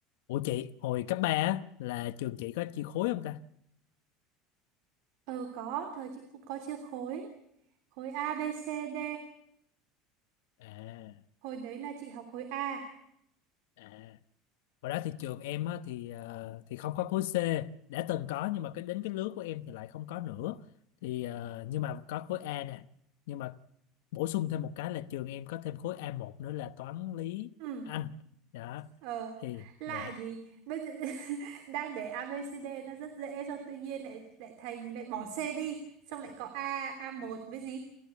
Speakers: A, on the left (about 85°); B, on the right (about 60°).
A: Ủa chị, hồi cấp 3 á, là trường chị có chia khối không ta?
B: Ờ có, thời chị cũng có chia khối. Khối A, B, C, D.
A: À,
B: Hồi đấy là chị học khối A.
A: à. Hồi đó thì trường em á, thì ờ, thì không có khối C, đã từng có nhưng mà cái đến cái lứa của em thì lại không có nữa. Thì ờ, nhưng mà có khối A nè. Nhưng mà bổ sung thêm một cái là trường em có thêm khối a một nữa là toán lý
B: Ừ,
A: Anh. Đó,
B: ờ,
A: thì
B: lạ
A: dạ
B: gì? Bây giờ <laughs> đang để A, B, C, D nó rất dễ xong tự nhiên lại lại thành lại bỏ C đi, xong lại có A, a một với gì?